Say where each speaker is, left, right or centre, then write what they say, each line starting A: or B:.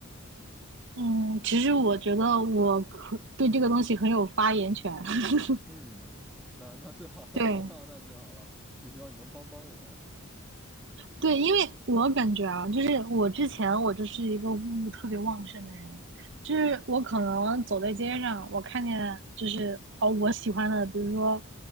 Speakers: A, on the right (about 55°); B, in the centre.
A: 嗯，其实我觉得我可对这个东西很有发言权。<laughs>
B: 嗯，那那最好了，
A: 对
B: <laughs> 哈哈，那最好了，就希望你能帮帮我。
A: 对，因为我感觉啊，就是我之前我就是一个物欲特别旺盛的人，就是我可能走在街上，我看见就是哦我喜欢的，比如说